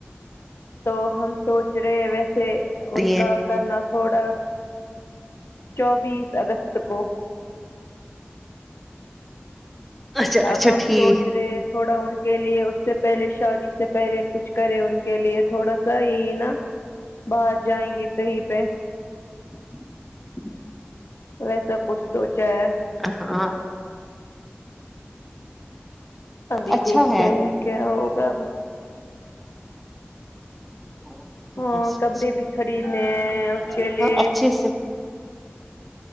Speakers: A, on the left; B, in the centre.
A: تو ہم سوچ رہے ویسے ان
B: دیے
A: کا کرنا تھوڑا چوبیس اگست کو
B: اچھا اچھا
A: اب ہم
B: ٹھیک
A: سوچ رہے تھوڑا ان کے لیے اس سے پہلے شادی سے پہلے کچھ کرے ان کے لیے تھوڑا سا یہی نا باہر جائیں گے کہیں پہ
B: <inaudible>
A: ویسا کچھ سوچا ہے
B: ہ ہاں
A: ابھی
B: اچھا
A: دیکھتے
B: ہے
A: ہیں کیا ہوگا اب
B: <inaudible>
A: ہاں کپڑے
B: اچھا
A: بھی خریدنے اس
B: ٹھیک
A: کے لیے
B: ہے اچھے سے